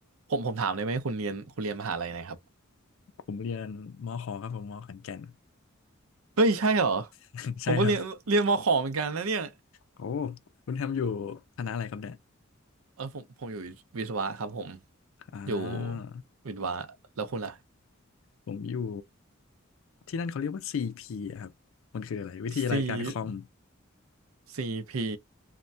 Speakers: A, on the right; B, on the left.
A: ผมผมถามได้ไหมคุณเรียนคุณเรียนมหาลัยไหนครับ
B: ผมเรียนมขครับผมมขอนแก่น
A: เฮ้ยใช่เหรอ
B: <laughs> ใช่ครับ
A: ผมก็เรียนเรียนมขอเหมือนกันนะเนี่ย
B: โอ้คุณแฮมอยู่คณะอะไรครับเนี่ย
A: เออผมผมอยู่วิศวะครับผม
B: อ่า
A: อยู่วิศวะแล้วคุณล่ะ
B: ผมอยู่ที่นั่นเขาเรียกว่า CP อะครับมันคืออะไรวิทยาลัยการคอม
A: C CP